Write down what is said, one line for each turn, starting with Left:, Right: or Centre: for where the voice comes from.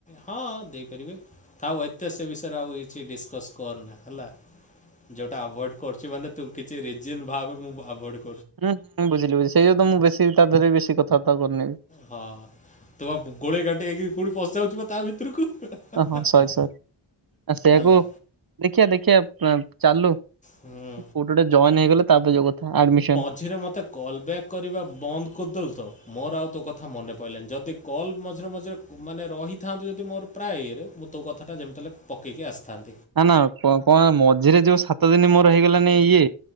Left: ହଁ ଦେଇପାରିବେ ଥାଉ ଏତେ ସେ ବିଷୟରେ ଆଉ କିଛି ଡିସକସ୍ କରନା। ହେଲା। ଯୋଉଟା ଆଭୁଏଡ୍ କରୁଚି ମାନେ ତୁ କିଛି ରିଜିନ ଭାବେ ମୁଁ ଆଭୁଏଡ୍
Right: ହୁଁ ହୁଁ ବୁଝିଲି ବୁଝି ସେଇ ଯୋଉ ତ ମୁଁ ବେଶୀ ତା ଧେରେ ବେଶୀ କଥାବାର୍ତ୍ତା କରୁନିଇ ବି।
Left: ହଁ ତମ ଗୋଳେଇ ଘାଣ୍ଟି ହେଇକିରି କୋଉଠି ପଶିଯାଉଚୁ ବେ ତା ଭିତୁରୁକୁ ହେଁ ହାଁ
Right: ହଁ
Left: ହାଁ।
Right: ସରି ସରି ଆ ସେଇଆକୁ
Left: ଆଲା
Right: ଦେଖିଆ ଦେଖିିଆ ପା ଚାଲୁ।
Left: ହୁଁ
Right: କୋଉଠି ଗୋଟେ ଜଏନ୍ ହେଇଗଲେ ତାପରେ ଯୋଉ କଥା ଆଡମିସନ୍।
Left: ଝିରେ ମୋତେ କଲ୍ ବ୍ୟାକ୍ କରିବା ବନ୍ଦ କରିଦେଲୁ ତ ମୋର ଆଉ ତୋ କଥା ମନେ ପଇଲାନି। ଯଦି କଲ୍ ମଝିରେ ମଝିରେ ମାନେ ରହିଥାଆନ୍ତୁ ଯଦି ମୋର ପ୍ରାୟେ ଇଏରେ ମୁଁ ତୋ କଥାଟା ଯେମତି ହେଲେ ପକେଇକି ଆସିଥାନ୍
Right: ନାଁ ନାଁ କ କଁ ମଝିରେ ଯୋଉ ସାତ ଦିନି ମୋ ତୋର ହେଇଗଲାନା ଇଏ